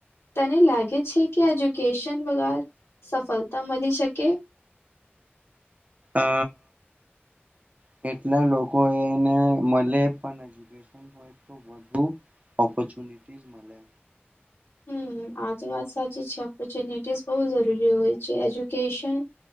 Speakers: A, on the left; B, on the right.
A: તને લાગે છે કે એજ્યુકેશન વગર સફળતા મળી શકે? <unintelligible>
B: અ કેટલા લોકો એને મળે પણ એજ્યુકેશન હોય તો વધુ ઓપોર્ચુનિટીસ મળે.
A: હમ આ તો વાત સાચી છે. ઓપોર્ચ્યુનિટી બહુ જરૂરી હોય છે. એજ્યુકેશન